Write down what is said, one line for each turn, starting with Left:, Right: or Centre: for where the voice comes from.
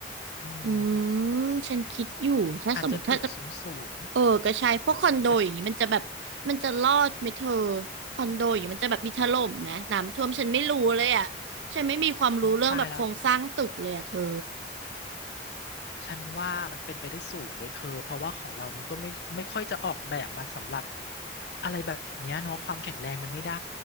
Left: อืม
Right: อืมฉันคิดอยู่ถ้าสมมติถ้าจะ
Left: อาจจะตึกสูงสูง
Right: เออก็ใช่พวกคอนโดอย่างนี้มันจะแบบมันจะรอดไหมเธอ
Left: แต่
Right: คอนโดอย่างนี้มันจะแบบมีถล่มไหมน้ำท่วมฉันไม่รู้เลยอ่ะฉันไม่มีความรู้เรื่องแบบโครงสร้างตึกเลยอ่ะเธอ
Left: อุ๊ยตายแล้ว ฉันว่ามันเป็นไปได้สูงเลยเธอเพราะว่าของเรามันก็ไม่ไม่ค่อยจะออกแบบมาสำหรับอะไรแบบเนี้ยเนาะความแข็งแรงมันไม่ได้